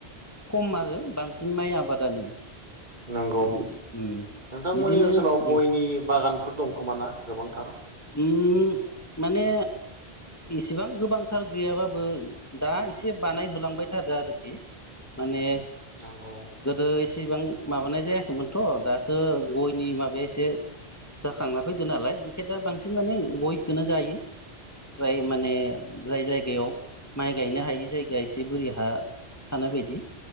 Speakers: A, on the left; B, on the right.
A: खम आरो बांसिन माइ आबादानो
B: नंगौ नोंथांमोननि
A: उम बिदिनो
B: ओनसोलाव गयनि
A: उम
B: बागानफोर दंखोमा ना गोबांथार
A: ओम माने इसेबां गोबांथार गैयाबाबो दा एसे बानायहोलांबाय थादो आरोखि माने
B: नंगौ
A: गोदो एसेबां माबानाय जायाखैमोनथ' दासो गयनि माबाया एसे जाखांना फैदो नालाय बेनिखायनो दा बांसिन बांसिन माने गयखौनो गायो जाय माने जाय जायगायाव माइ गायनो हायि जायगाया एसे बोरि हा थानाय बायदि